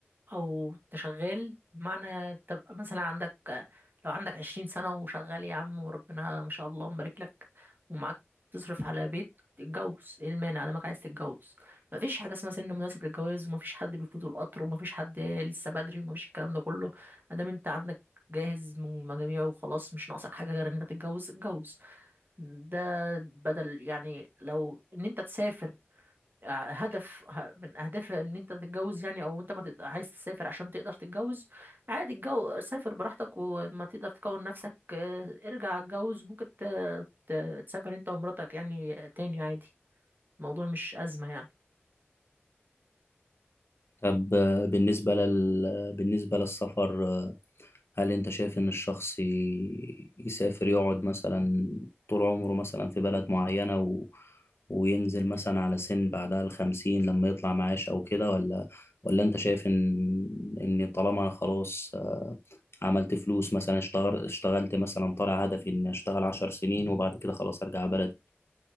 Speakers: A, on the right; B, on the left.
A: او تشغال بمعنى تبقى مثلا عندك لو عندك عشرين سنة وشغال يا عم وربنا ما شاء الله مبارك لك ومعاك تصرف على بيت تتجوز ايه المانع لما عايز تتجوز مفيش حاجة اسمها سن مناسب للجواز ومفيش حد بيفوته القطر ومفيش حد لسه بدري ومفيش الكلام ده كله ادام انت عندك جاهز من مجاميعه وخلاص مش ناقصك حاجة غير ان انت تتجوز اتجوز ده بدل يعني لو ان انت تسافر ع- هدف ه- من اهداف ان انت تتجوز يعني او انت ما تت- عايز تسافر عشان تقدر تتجوز عادي الجو سافر براحتك وما تقدر تكون نفسك آه، ارجع اتجوز ممكن ت- ت- تسافر انت ومراتك يعني تاني عادي الموضوع مش ازمة يعني
B: طب آه، بالنسبه لل بالنسبه للسفر آه، هل انت شايف ان الشخص ي- يسافر يقعد مثلا طول عمره مثلا في بلد معينة و... وينزل مثلا على سن بعدها الخمسين لما يطلع معاش او كده ولا ولا انت شايف ان ان طالما انا خلاص آه، عملت فلوس مثلا اشتغل... اشتغلت مثلا طالع هدفي اني اشتغل عشر سنين وبعد كده خلاص ارجع بلدي